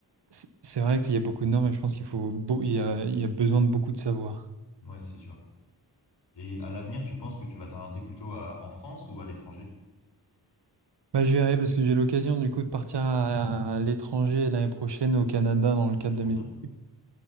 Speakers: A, on the right (about 80°); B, on the left (about 80°).
A: C'est c'est vrai qu'il y a beaucoup de normes et je pense qu'il faut, beau- il y a, il y a besoin de beaucoup de savoir.
B: Ouais, c'est sûr. Et à l'avenir, tu penses que tu vas t'orienter plutôt à, en France ou à l'étranger?
A: Bah, je verrai parce que j'ai l'occasion du coup de partir à, à l'étranger l'année prochaine au Canada dans le
B: Ok,
A: cadre
B: trop
A: de mes
B: bien.
A: études.